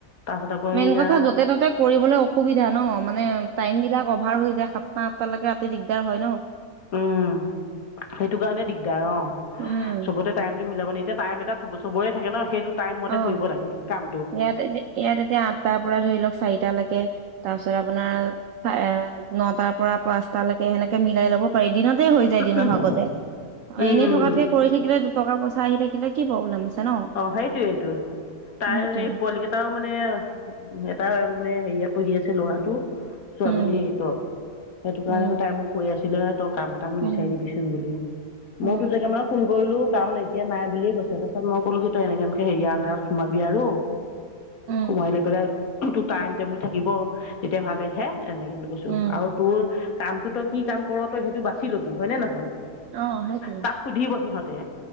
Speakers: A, on the left; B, on the right.
A: তাৰপাছত আকৌ
B: মেইন
A: এইয়া
B: কথা য'তে ত'তে কৰিবলৈ অসুবিধা ন, মানে টাইম বিলাক অভাৰ হৈ যায়, সাতটা আঠটা লেকে ৰাতি দিগদাৰ হয় ন।
A: উম, সেইটো কাৰণে দিগদাৰ অ',
B: উম
A: চবতে টাইম দি মিলাবলে এতিয়া টাইম এটা চবৰে থাকে ন সেই টাইম মতে
B: অ
A: কৰিব লাগে, কাম।
B: ইয়াত- ইয়াত এতিয়া আঠটাৰ পৰা ধৰি লওক চাৰিটালেকে, তাৰপিছত আপোনাৰ এ নটাৰ প পৰা পাঁচটালৈকে, সেনেকে মিলাই ল'ব পাৰি। দিনতে হৈ
A: আহ
B: যায় দিনৰ ভাগতে আৰু
A: অঁ
B: এনেই থকাতকে কৰি থাকিলে টকা-পইচা আহি থাকিলে কি প্ৰবলেম আছে। ন
A: অ' সেইটোৱেইটো। তাইৰ
B: সেইটোৱে
A: হেৰি পোৱালিকেইটাও মানে, এটা মানে হেৰিয়াত পঢ়ি আছে ল'ৰাটো। ছোৱালীজনী
B: উম
A: এইটত, সেইটো কাৰণে
B: উম
A: মানে তাই মোক কৈ আছিলে তই কাম এটা মোক
B: উম
A: বিচাৰি দিবিচোন বুলি,
B: উম
A: মই দুই জেগা মানত ফোন কৰিলো কাম এতিয়া নাই বুলিয়ে কৈছে, তাৰপাছত মোক ক'লো কি তই এনেকে এনেকে হেৰিয়া আনদাৰত সোমাবি আৰু
B: উম
A: সোমাই লৈ পেলাই টো টাইম টেবুল থাকিব। তেতিয়া ভালেহে, এনেকে বুলি কৈছো
B: উম
A: আৰু তোৰ কামটো তই কি কাম কৰ, তই সেইটো বাচি লবি হয়নে নহয়?
B: অ সেইটোৱেই।
A: তাত সুধিব সিহঁতে